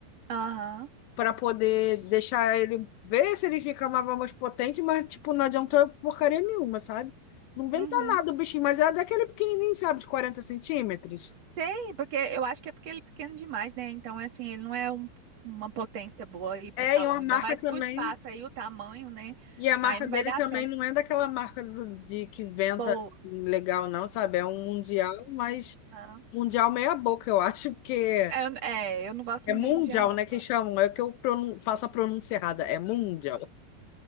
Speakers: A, on the right (about 40°); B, on the left (about 75°).
A: Aham.
B: para poder deixar ele ver se ele fica mais mais potente, mas, tipo, não adiantou porcaria nenhuma, sabe? Não inventa
A: Uhum.
B: nada o bichinho, mas é daquele pequenininho, sabe, de 40 centímetros.
A: Tem, porque eu acho que é porque ele é pequeno demais, né? Então, é assim, ele não é um- uma potência boa aí pro
B: É,
A: salão,
B: e uma
A: ainda
B: marca
A: mais
B: também.
A: pro espaço aí, o tamanho, né?
B: E a marca
A: Aí não
B: dele
A: vai dar
B: também
A: certo.
B: não é daquela marca do- de que inventa
A: Boa.
B: assim, legal, não, sabe? É um mundial, mas
A: Aham.
B: mundial meia boca, eu acho que
A: É, Eu, é, eu não gosto
B: é
A: muito
B: mundial,
A: da Mundial, não.
B: né? Que chamam, é que eu pronun- faço a pronúncia errada, é mundial.